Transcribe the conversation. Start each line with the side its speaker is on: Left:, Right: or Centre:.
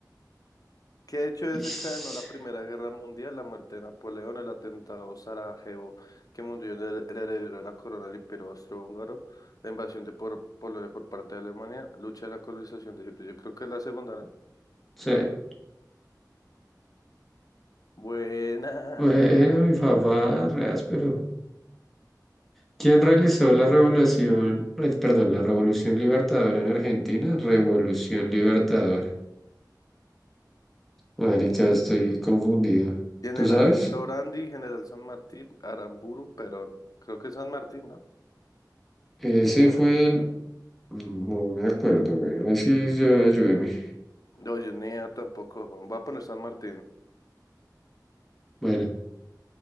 Left: ¿Qué hecho desencadenó
Centre: Ish.
Left: la Primera Guerra Mundial? La muerte de Napoleón, el atentado Sarajevo, que murió el, el heredero de la corona del Imperio Austrohúngaro, la invasión de por, Polonia por parte de Alemania, lucha de la colonización de Egipto. Yo creo que es la segunda, ¿no?
Centre: O sea,
Left: Buena.
Centre: bueno, mi papá, reas, pero. ¿Quién realizó la revolución, eh, perdón, la revolución libertadora en Argentina? Revolución libertadora. Marica, estoy confundido.
Left: General
Centre: ¿Tú sabes?
Left: Lorandi, General San Martín, Aramburu, Perón. Creo que es San Martín, ¿no?
Centre: Ese
Left: Bueno.
Centre: fue el... No me acuerdo, güey. Ay, sí, yo, ayúdeme.
Left: No, No, yo ni idea tampoco. Bueno, voy a poner San Martín.
Centre: Bueno,